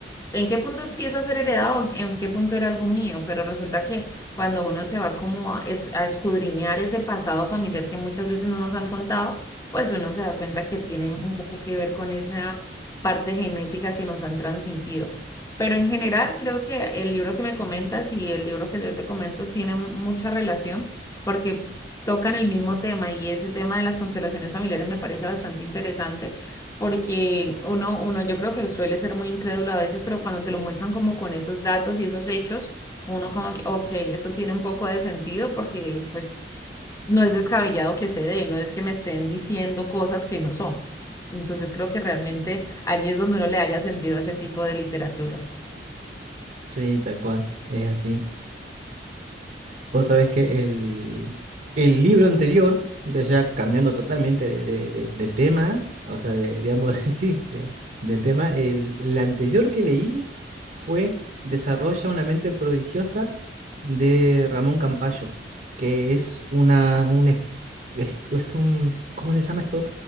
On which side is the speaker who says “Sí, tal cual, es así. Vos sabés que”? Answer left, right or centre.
Right